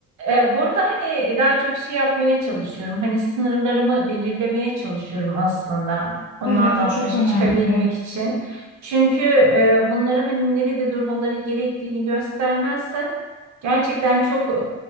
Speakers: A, on the right (about 70°); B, on the left (about 55°).
A: e, burada hani daha çok şey yapmaya çalışıyorum. Hani sınırlarımı belirlemeye çalışıyorum aslında. Onlarla
B: Evet, o çok
A: başa
B: önemli.
A: çıkabilmek için. Çünkü e, bunları hani nerede durmaları gerektiğini göstermezsen gerçekten çok e,